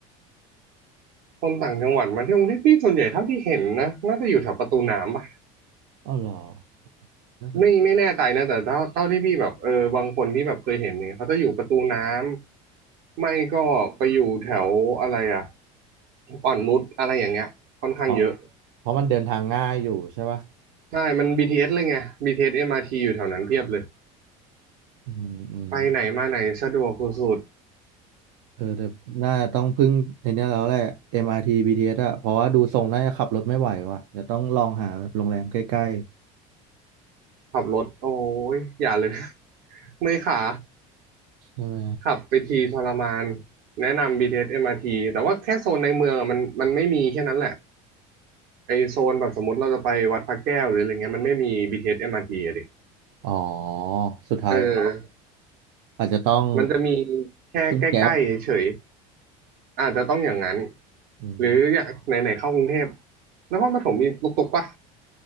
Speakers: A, on the right (about 60°); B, on the right (about 75°).
A: คนต่างจังหวัดมาที่กรุงเทพพี่ส่วนใหญ่เท่าที่เห็นนะน่าจะอยู่แถวประตูน้ำปะ
B: อ๋อเหรอ น่าสนใจ
A: ไม่ไม่แน่ใจนะแต่เท่าเท่าที่พี่แบบเออบางคนที่แบบเคยเห็นเนี่ยเขาจะอยู่ประตูน้ำไม่ก็ไปอยู่แถวอะไรอ่ะอ่อนนุชอะไรอย่างเงี้ยค่อนข้างเยอะ
B: อ๋อเพราะมันเดินทางง่ายอยู่ใช่ปะ
A: ใช่มัน BTS เอสเลยไง BTS MRT อสเอ็มอาร์ทีอยู่แถวนั้นเพียบเลย
B: อืมอืม
A: ไปไหนมาไหนสะดวกสุด
B: เออแต่น่าต้องพึ่งในเนี้ยแล้วแหละ MRT BTS อาร์ทีบีทีเอสอะเพราะว่าดูทรงน่าจะขับรถไม่ไหวว่ะจะต้องลองหาโรงแรมใกล้
A: ๆขับรถโอ้ยอย่าเลย <laughs> เมื่อยขา
B: ๆใช่ไหม
A: ขับไปทีทรมานแนะนำ BTS MRT แต่ว่าแค่โซนในเมืองอ่ะมันมันไม่มีแค่นั้นแหละไอโซนแบบสมมติเราจะไปวัดพระแก้วหรืออะไรเงี้ยมันไม่มี BTS MRT อสเอ็มอาร์ทีอะดิ
B: อ๋อสุดท้ายก็
A: เออ
B: อาจจะต้อง
A: มันจะมีแค่ใกล้ๆเฉย
B: พึ่งแก๊ป
A: ๆอาจจะต้องอย่างนั้น
B: อืม
A: หรืออย่างไหนๆเข้ากรุงเทพนครปฐมมีตุกๆปะ